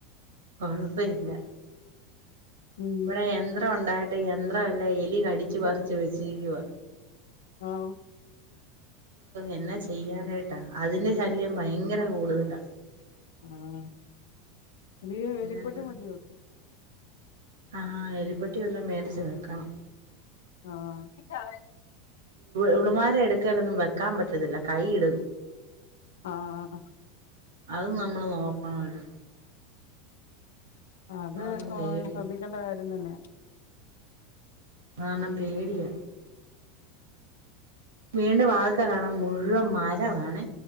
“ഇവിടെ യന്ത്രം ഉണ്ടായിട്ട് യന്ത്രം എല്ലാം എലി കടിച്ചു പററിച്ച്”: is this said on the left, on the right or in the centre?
Right